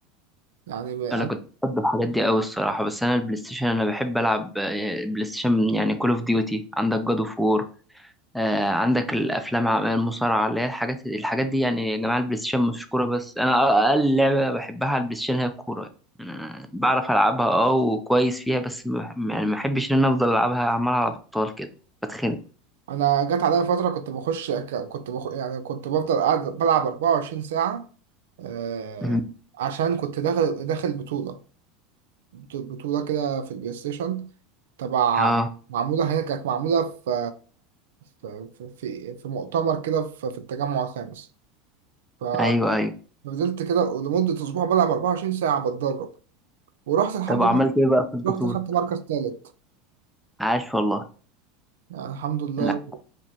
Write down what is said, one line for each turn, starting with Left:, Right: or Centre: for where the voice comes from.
Right: يعني ب- انا
Centre: انا كنت بحب الحاجات دي قوي الصراحة بس انا البلاي ستيشن انا بحب العب آه، بلاي ستيشن يعني كول اوف ديوتي عندك جاد اوف وور آه، عندك الافلام عم- المصارعه اللي هي الحاجات الحاجات دي يعني يا جماعه البلاي ستيشن مش كوره بس انا اقل لعبه بحبها على البلاي ستيشن هي الكوره يعني أنا بعرف العبها اه وكويس فيها بس ما بح- يعني ما بحبش ان انا افضل العبها عمال على بطال كده بتخنق
Right: أنا جت عليا فترة كنت بخش ك- كنت بخ يعني كنت بفضل قاعد بلعب 24 ساعة آه،
Centre: مم.
Right: عشان كنت داخل داخل بطولة بطولة كده في البلاي ستيشن تبع
Centre: اه
Right: معمولة هي كانت معمولة في في في في, في مؤتمر كده في, في التجمع الخامس ففضلت
Centre: ايوه ايوه
Right: كده لمدة أسبوع بلعب 24 ساعة بتدرب ورحت الحمد
Centre: طب عملت
Right: لله
Centre: ايه بقى في البطوله
Right: رحت خدت مركز تالت
Centre: عاش والله
Right: يعني الحمد لله
Centre: لا